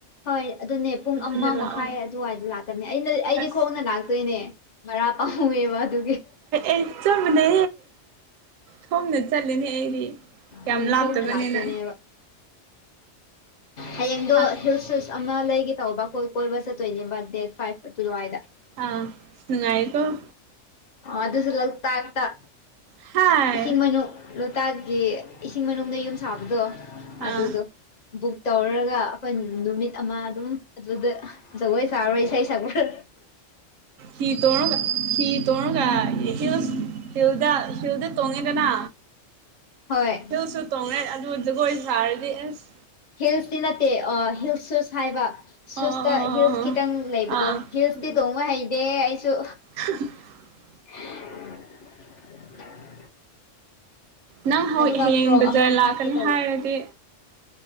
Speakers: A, on the left (about 40°); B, on the right (about 85°).
A: ꯍꯣꯏ ꯑꯗꯨꯅꯦ ꯄꯨꯡ
B: ꯑꯗꯨꯗ
A: ꯑꯃ
B: ꯂꯥꯛꯑꯣ
A: ꯃꯈꯥꯏ ꯑꯗꯨꯋꯥꯏꯗ ꯂꯥꯛꯀꯅꯤ ꯑꯩꯅ ꯑꯩꯗꯤ
B: ꯑꯁ
A: ꯈꯣꯡꯅ ꯂꯥꯛꯇꯣꯏꯅꯦ ꯄꯥꯨ ꯑꯦ ꯋꯥ ꯑꯗꯨ
B: ꯏ ꯆꯕꯅꯦ ꯁꯣꯝꯗ ꯆꯠꯂꯤꯅꯦ ꯑꯩꯗꯤ ꯌꯥꯝ
A: ꯎꯝ
B: ꯂꯥꯞꯇꯕꯅꯤꯅ
A: ꯈꯣꯡꯅ ꯂꯥꯛꯇꯣꯏꯅꯦꯕ ꯍꯌꯦꯡꯗꯣ
B: ꯑꯁ
A: ꯁ ꯑꯃ ꯂꯩꯒꯦ ꯇꯧꯕ ꯀ ꯀꯣꯏꯕ ꯆꯠꯇꯣꯏꯅꯦꯕ ꯗꯦꯠ ꯐꯥꯏꯚ ꯑꯗꯨ ꯑꯗꯨꯋꯥꯏꯗ
B: ꯑꯥ ꯅꯨꯡꯉꯥꯏꯔꯤꯀ‌ꯣ
A: ꯑꯗꯨꯁꯨ ꯂꯣꯛꯇꯥꯛꯇ
B: ꯍꯥꯏ
A: ꯏꯁꯤꯡ ꯃꯅꯨꯡ ꯂꯣꯛꯇꯥꯛꯀꯤ ꯏꯁꯤꯡ ꯃꯅꯨꯡꯗ ꯌꯨꯝ ꯁꯥꯕꯗꯣ ꯑꯗꯨꯗꯣ
B: ꯑꯥ
A: ꯕꯨꯛ ꯇꯧꯔꯒ ꯑꯩꯈꯣꯏ ꯅꯨꯃꯤꯠ ꯑꯃ ꯑꯗꯨꯝ ꯑꯗꯨꯗ ꯖꯒꯣꯏ ꯁꯥꯔꯨꯔꯣꯏ ꯏꯁꯩ ꯁꯛꯄꯨꯔ
B: ꯍꯤ ꯇ‌ꯣꯔꯒ ꯍꯤ ꯇ‌‌ꯣꯔꯒ ꯍꯤ꯭ꯜꯁ ꯁꯤꯦꯜꯗ ꯁꯤꯜꯗ ꯇꯣꯉꯦꯗꯅ
A: ꯍꯣꯏ
B: ꯁꯤꯁꯨ ꯇꯣꯡꯅꯩ ꯑꯗꯨ ꯖꯒꯣꯏ ꯁꯥꯔꯗꯤ ꯑꯁ
A: ꯍꯤꯜꯁꯇꯤ ꯅꯠꯇꯦ ꯍꯤꯜ ꯁꯨꯁ ꯍꯥꯏꯕ ꯁꯨꯁꯇ
B: ꯑꯣ ꯑꯣ
A: ꯍꯤꯜꯁ ꯈꯤꯇꯪ ꯂꯩꯕꯗꯣ
B: ꯑꯥ ꯎꯝ
A: ꯍꯤꯜꯁ ꯦ ꯇꯣꯡꯕ ꯍꯩꯗꯦ ꯑꯩꯁꯨ
B: <inaudible>
A: <unintelligible>
B: ꯅꯪ ꯍꯌꯦꯡ
A: ꯑꯗꯨꯒ ꯐ꯭ꯔꯣꯛ
B: ꯕꯖꯥꯔ
A: ꯑꯃ
B: ꯂꯥꯛꯀꯅꯤ
A: ꯍꯥꯞꯀꯦ ꯇꯧꯕ
B: ꯍꯥꯏꯔꯗꯤ